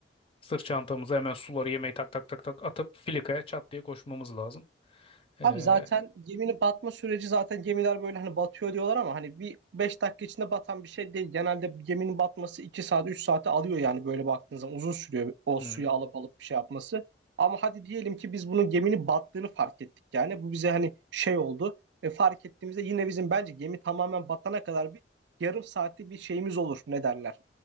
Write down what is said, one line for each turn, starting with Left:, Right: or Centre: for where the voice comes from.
Left: Sırt çantamıza hemen suları yemeği tak tak tak tak atıp filikaya çat diye koşmamız lazım. Ee,
Right: Abi zaten geminin batma süreci zaten gemiler böyle hani batıyor diyorlar ama hani bir 5 dakika içinde batan bir şey değil. Genelde bir geminin batması 2 saat 3 saate alıyor yani böyle baktığınız zaman uzun sürüyor o
Left: hmm,
Right: suyu alıp alıp bir şey yapması. Ama hadi diyelim ki biz bunun geminin battığını fark ettik yani bu bize hani şey oldu. E, fark ettiğimizde yine bizim bence gemi tamamen batana kadar bir yarım saatlik bir şeyimiz olur ne derler